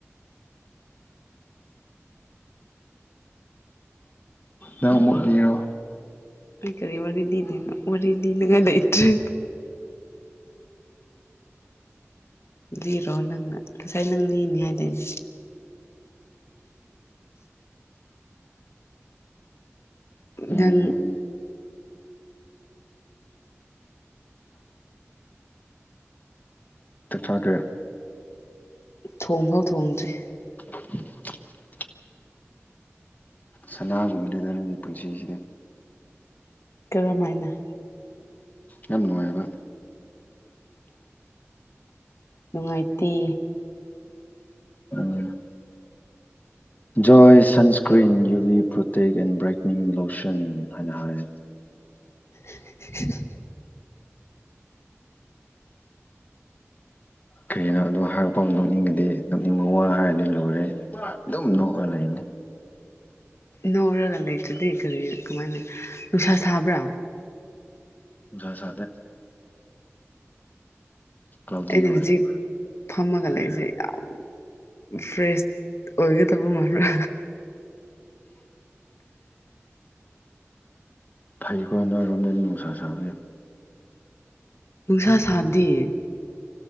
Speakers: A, on the left (about 35°); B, on the left (about 60°).
A: ꯅꯪ ꯑꯃꯨꯛ ꯏꯔꯣ
B: ꯑꯩ ꯀꯔꯤ ꯋꯥꯔꯤ ꯂꯤꯗꯅꯣ ꯋꯥꯔꯤ ꯂꯤꯅꯤꯡꯉꯥꯏ ꯂꯩꯇ꯭ꯔꯦ ꯂꯤꯔꯣ ꯅꯪꯅ ꯉꯁꯥꯏ ꯅꯪ ꯂꯤꯅꯤ ꯍꯥꯏꯗꯣꯏꯅꯦ
A: ꯎꯝ
B: ꯅꯪ
A: ꯆꯞ ꯆꯥꯗꯣꯛꯔꯦ
B: ꯊꯣꯡꯐꯥꯎ ꯊꯣꯡꯗ꯭ꯔꯤ
A: <unintelligible> ꯁꯅꯥꯒꯨꯝꯕꯅꯤꯗ ꯅꯣꯏꯒꯤ ꯄꯨꯟꯁꯤꯁꯤꯗ
B: ꯀꯔꯝꯥꯏꯅ
A: ꯌꯥꯝ ꯅꯨꯡꯉꯥꯏꯕ
B: ꯅꯨꯡꯉꯥꯏꯇ
A: ꯎꯝ ꯖꯣꯏ sunscreen U V protect and brightening lotion ꯍꯥꯏꯅ ꯍꯥꯏ꯫
B: <unintelligible>
A: ꯀꯔꯤ ꯍꯥꯏꯅ ꯑꯗꯣ ꯍꯥꯏꯔꯛ ꯐꯥꯎ ꯅꯣꯛꯅꯤꯡꯉꯗꯤ ꯅꯣꯛꯅꯤꯡꯕ ꯋꯥ ꯍꯥꯏꯔꯗꯤ ꯂꯣꯏꯔꯦ ꯑꯗꯨꯝ ꯅꯣꯛꯑ ꯂꯩꯅꯤ꯫
B: ꯅꯧꯔꯒ ꯂꯩꯇ꯭ꯔꯗꯤ ꯀꯔꯤ ꯀꯃꯥꯏꯅ ꯅꯨꯡꯁꯥ ꯁꯥꯕ꯭ꯔꯥ꯫
A: ꯅꯨꯡꯁꯥ ꯁꯥꯗꯦ꯫ ꯀ꯭ꯂꯥꯎꯗꯤ
B: ꯑꯩꯅ
A: ꯑꯣꯏ
B: ꯍꯧꯖꯤꯛ꯫ ꯐꯝꯃꯒ ꯂꯩꯁꯦ ꯌꯥꯝ ꯐ꯭ꯔꯦꯁ ꯑꯣꯏꯒꯗꯕ ꯃꯔ꯫
A: <unintelligible> ꯅꯣꯏꯔꯣꯝꯗꯗꯤ ꯅꯨꯡꯁꯥ ꯁꯥꯕ꯫
B: ꯅꯨꯡꯁꯥ ꯁꯥꯗꯤꯦ